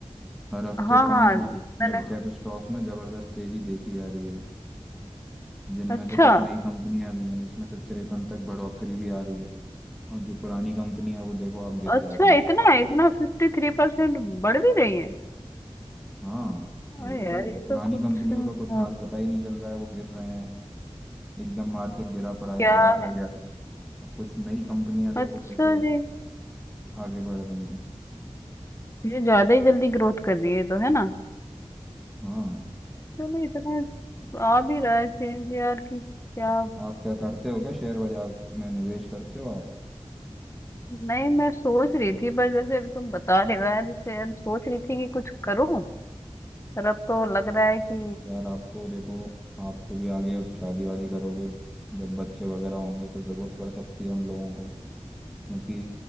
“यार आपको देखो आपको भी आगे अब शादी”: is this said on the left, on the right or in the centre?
Centre